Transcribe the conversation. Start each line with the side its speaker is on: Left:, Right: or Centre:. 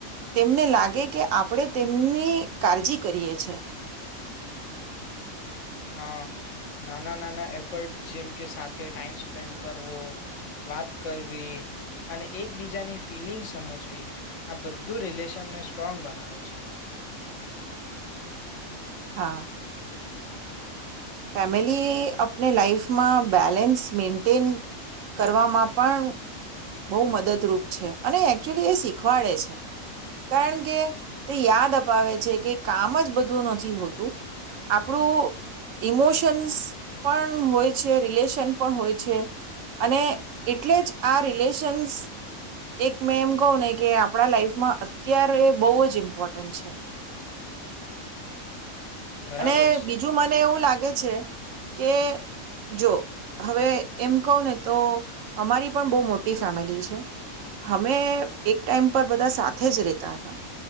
Right: તેમને લાગે કે આપણે તેમની કાળજી કરીએ છે.
Left: હા નાના નાના એફર્ટ્સ જેમ કે સાથે ટાઈમ સ્પેન્ડ કરવો વાત કરવી અને એકબીજાની ફિલિંગ્સ સમજવી આ બધું રિલેશનને સ્ટ્રોંગ બનાવે છે.
Right: હા. ફેમિલી આપને લાાઈફમાં બેલેન્સ મેન્ટેન કરવામાં પણ બહુ મદદરૂપ છે અને એકચુલી એ શીખવાડે છે કારણ કે તે યાદ અપાવે છે કે કામ જ બધું નથી હોતું આપણું ઇમોશન્સ પણ હોય છે રિલેશન પણ હોય છે અને એટલે જ આ રિલેશન્સ એક મેં એમ કહું ને કે આપણા લાઈફમાં અત્યારે બહુ જ ઇમ્પોર્ટન્ટ છે.
Left: બરાબર
Right: અને
Left: છે
Right: બીજું મા મને એવું લાગે છે કે જો હવે એમ કહ ને તો અમારી પણ બહુ મોટી ફેમિલી છે અમે એક ટાઈમ પર બધા સાથે જ રહેતા હતા